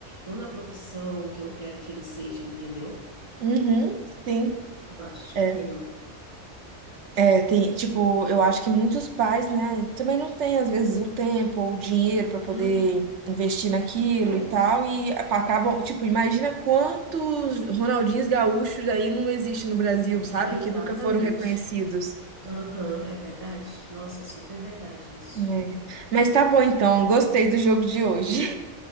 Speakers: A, on the right (about 25°); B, on the right (about 70°).
A: não na profissão que eu quero que ele seja, entendeu?
B: Uhum, sim.
A: Eu acho
B: É,
A: que tem.
B: é, tem, tipo, eu acho que muitos pais, né, também não têm, às vezes, o tempo ou o dinheiro para poder
A: Uhum.
B: investir naquilo
A: É,
B: e tal, e apa- acabam, tipo, imagina quantos Ronaldinhos gaúchos aí não existem no Brasil, sabe?
A: exatamente.
B: Que nunca foram reconhecidos.
A: Aham, é verdade. Nossa, é super verdade isso.
B: É. Mas tá bom então, gostei do jogo de hoje.